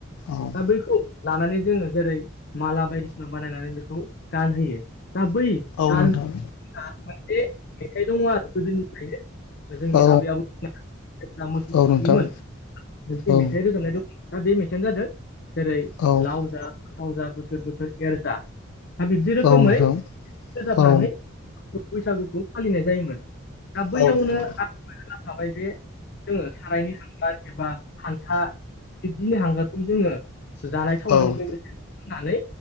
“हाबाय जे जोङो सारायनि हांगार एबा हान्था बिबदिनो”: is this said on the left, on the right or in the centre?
Left